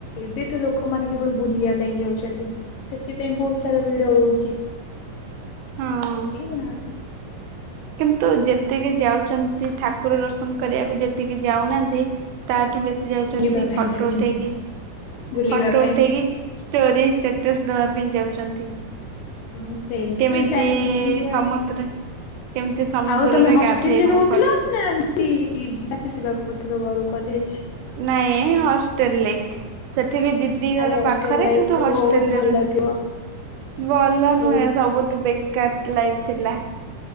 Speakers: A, on the left; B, on the right.
A: ଏବେ ତ ଲୋକମାନେ କେବଳ ବୁଲିବା ପାଇଁ ଯାଉଛନ୍ତି ସେଥିପାଇଁ ବହୁତ ସାରା ଭିଡ ହଉଛି।
B: ହଁ
A: ଏଇ
B: କିନ୍ତୁ ଯେତିକି ଯାଉଛନ୍ତି ଠାକୁର ଦର୍ଶନ କରିବାକୁ ଯେତିକି ଯାଉନାହାନ୍ତି ତାଠୁ ବେଶି ଯାଉଛନ୍ତି
A: ବୁଲିବା ପାଇଁ
B: ଫଟୋ
A: ଯାଉଛନ୍ତି
B: ଉଠେଇକି,
A: ବୁଲିବା
B: ଫଟୋ
A: ପାଇଁ।
B: ଉଠେଇକି ଷ୍ଟୋରି, ଷ୍ଟାଟସ୍ ଦବା ପାଇଁ ଯାଉଛନ୍ତି।
A: ହଁ ସେମିତି
B: କେମିତି
A: ତ ଚାଲିଛି ଆଉ।
B: ସମୁଦ୍ର କେମିତି ସମୁଦ୍ରରେ
A: ଆଉ ତମେ ହଷ୍ଟେଲ
B: ଗାଧେଇବୁ
A: ରେ ରହୁଥିଲ?
B: ଫଟୋ
A: ନା ଏମତି ଯିବା ଆସିବା କରୁଥିଲ ଘରୁ କଲେଜ?
B: ନାଇଁ ହଷ୍ଟେଲ ରେ, ସେଠି ବି ଦିଦି ଦିଘର
A: ଆରେ ହଷ୍ଟେଲ
B: ପାଖରେ
A: ଲାଇଫ
B: କିନ୍ତୁ
A: ତ
B: ହଷ୍ଟେଲ
A: ବହୁତ ଭଲ
B: ରେ ରୁହେ।
A: ଥିବ
B: ଭଲ
A: ବହୁତ
B: ନୁହେଁ ସବୁଠୁ ବେ କାର ଲାଇଭ୍ ଥିଲା